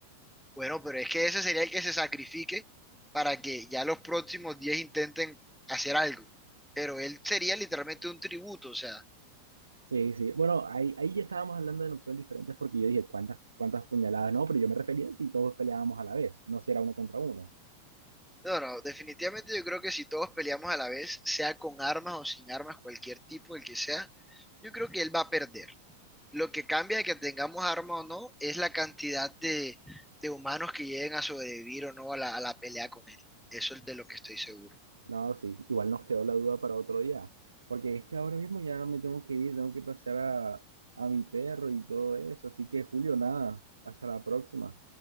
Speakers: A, in the centre; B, on the right.
A: bueno, pero es que ese sería el que se sacrifique para que ya los próximos 10 intenten hacer algo. Pero él sería literalmente un tributo, o sea,
B: Sí, sí. Bueno, ahí, ahí ya estábamos hablando de opciones diferentes porque yo dije, ¿cuántas, cuántas puñaladas? No, pero yo me refería a si todos peleábamos a la vez, no si era uno contra uno.
A: no, no, definitivamente yo creo que si todos peleamos a la vez, sea con armas o sin armas, cualquier tipo, el que sea, yo creo que él va a perder. Lo que cambia de que tengamos armas o no es la cantidad de, de humanos que lleguen a sobrevivir o no a la, a la pelea con él. Eso es de lo que estoy seguro.
B: No, sí. Igual nos quedó la duda para otro día. Porque es que ahora mismo ya me tengo que ir, tengo que pasear a, a mi perro y todo eso. Así que, Julio, nada. Hasta la próxima.